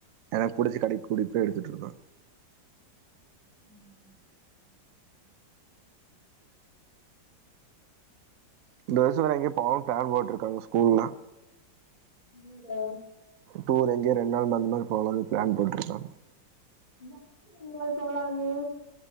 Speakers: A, on the right; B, on the left.
A: எனக்கு பிடிச்ச கடைக் கூட்டிட் போய் எடுத்துட்டு இருக்கு
B: ம்
A: இந்த வருஷம் நம்ம எங்கய போவோ பிளான் போட்டிருக்காங்க ஸ்கூல்லா
B: எங்க
A: டூர் எங்கயோ ரெண்டு நாள் அந்த மாதிரி போகலாம்னு பிளான் போட்டுருக்கோ
B: யாரு எங்கயாவ்து போலாம்னு